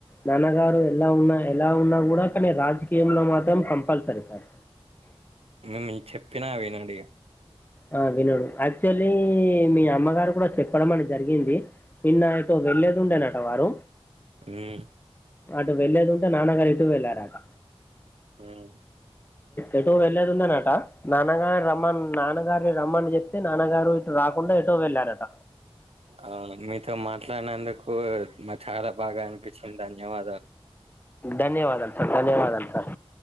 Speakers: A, on the left (about 20°); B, on the right (about 70°).
A: నాన్నగారు ఎలా ఉన్నా ఎలా ఉన్నా కూడా కానీ రాజకీయంలో మాత్రం కంపల్సరీ సార్
B: ఇంగ మేం చెప్పిన వినడిగా
A: ఆ వినడు యాక్చువల్లీ మీ అమ్మగారు కూడా చెప్పడం అని జరిగింది నిన్న ఎటో వెళ్లేది ఉండేనట వారు
B: ఉమ్
A: అటు వెళ్లేది ఉంటే నాన్నగారు ఇటు వెళ్లారట
B: ఉమ్
A: ఎటో వెళ్లేది ఉందేనట నాన్నగారు రమ్మను నాన గారినీ రమ్మని చెప్తే నాన్నగారు ఇటు రాకుండా ఎటో వెళ్ళారట
B: అవును మీతో మాట్లాడినందుకు నాకు చాలా బాగా అనిపించింది ధన్యవాదాలు
A: ధన్యవాదాలు సార్ ధన్యవాదాలు సార్